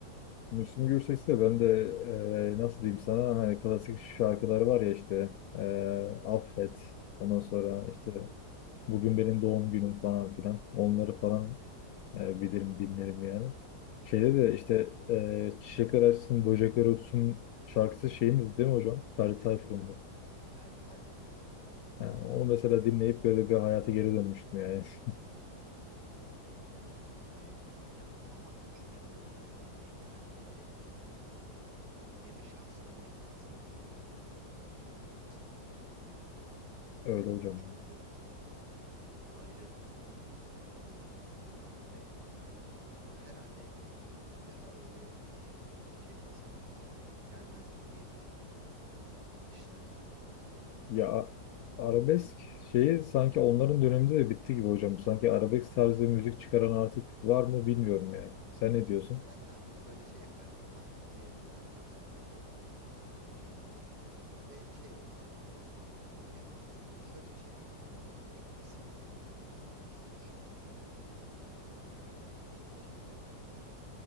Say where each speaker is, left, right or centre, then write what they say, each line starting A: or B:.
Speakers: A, on the left (about 70°); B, on the right (about 70°).
A: Müslüm Gürses'i de ben de e, nasıl diyeyim sana hani klasik şarkıları var ya işte e, Affet ondan sonra
B: Hı hı,
A: işte Bugün benim doğum günüm falan filan onları falan
B: evet.
A: e, bilirim dinlerim yani. Şeyde de
B: Hı hı.
A: işte e, Çiçekler Açsın Böcekler Ötsün şarkısı şeyin değil mi hocam? Ferdi Tayfur'un da.
B: Ferdi Tayfur'un evet.
A: Yani onu mesela dinleyip böyle bir hayata geri dönmüştüm yani. <laughs>
B: Ya e, ya ama üçünün de e, kendine nevi şahsına münhasır dediğimiz durumları söz konusu kesinlikle yani.
A: Öyle
B: E,
A: hocam.
B: üçü
A: Ya
B: de böyle çok e, ayrı tadı var. E, ve herhalde bir, bir daha öyle e, şeyler sanatçılar gelmez diye düşünüyorum ya. Müthişler çünkü.
A: Ya
B: E,
A: a- arabesk şeyi sanki onların döneminde de bitti gibi hocam. Sanki arabesk tarzı müzik çıkaran artık var mı bilmiyorum yani. Sen ne diyorsun?
B: ya daha çok böyle şeye kaydı. Fanteziye biraz daha kaydı. E, ve şey oldu artık yani. E, ama şöyle bir şey var. Onların etkisiyle Bizim şimdi günümüz pop müzikleri bile işte şeyleri bile böyle